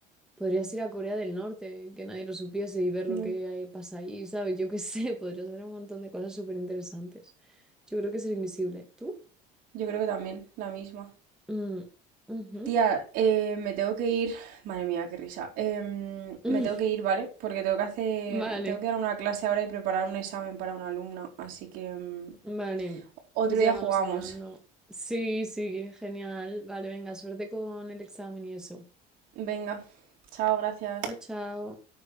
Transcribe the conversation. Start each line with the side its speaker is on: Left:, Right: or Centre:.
Centre: podrías ir a Corea del Norte, y que nadie lo supiese y ver
Right: No.
Centre: lo que hay- pasa ahí, ¿sabes? Yo qué sé, <laughs> podrías hacer un montón de cosas súper interesantes. Yo creo que ser invisible. ¿Tú?
Right: Yo creo que también, la misma.
Centre: Mm, ujú.
Right: Tía, eh, me tengo que ir. Madre mía, qué risa. Em,
Centre: <laughs>
Right: me
Centre: Mm,
Right: tengo que ir, ¿vale? Porque tengo que hacer.
Centre: Vale,
Right: Tengo que dar una clase ahora y preparar un examen para una alumna. Así que em,
Centre: vale.
Right: otro
Centre: Pues
Right: día
Centre: ya vamos
Right: jugamos.
Centre: hablando. Sí, sí, genial. Vale, venga, suerte con el examen y eso.
Right: Venga. Chao, gracias.
Centre: Chao, chao.